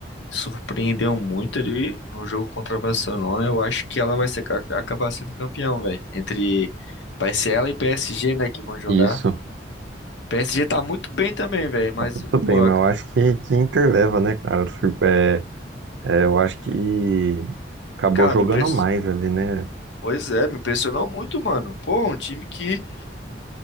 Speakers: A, on the left; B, on the right.
A: surpreendeu muito ali no jogo contra o Barcelona. Eu acho que ela vai ser, ca- acabar sendo campeão, velho. Entre vai ser ela e PSG, né, que vão jogar.
B: Isso,
A: PSG tá muito bem também, velho, mas
B: muito
A: pô,
B: bem, mas
A: eu-
B: eu acho que, que Inter leva, né, cara? Surpre- É, eu acho que acabou
A: cara,
B: jogando
A: me impressionou.
B: mais ali, né?
A: Pois é, me impressionou muito, mano. Pô, um time que